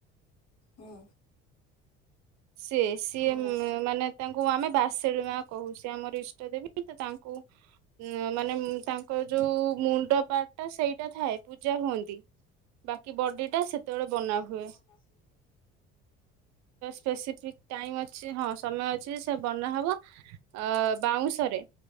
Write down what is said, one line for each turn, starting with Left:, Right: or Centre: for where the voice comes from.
Left: ହୁଁ।
Right: ସିଏ-ସିଏ
Left: ଘୋଡ଼ା।
Right: ମାନେ ତାଙ୍କୁ ଆମେ <unintelligible> ମା କହୁ, ସିଏ ଆମର ଇଷ୍ଟ ଦେବୀ ତ ତାଙ୍କୁ ମାନେ <unintelligible> ତାଙ୍କର ଯୋଉ ମୁଣ୍ଡ ପାର୍ଟ ଟା ସେଇଟା ଥାଏ, ପୂଜା ହୁଅନ୍ତି ବା କି ବଡ଼ିଟା ସେତେବେଳେ ବନାହୁଏ।
Left: ହ <inaudible>
Right: ସ୍ପେସିଫିକ୍ ଟାଇମ୍ ଅଛି, ହଁ ସମୟ ଅଛି ସେ ବନା ହବ ଅ ବାଉଁଶରେ।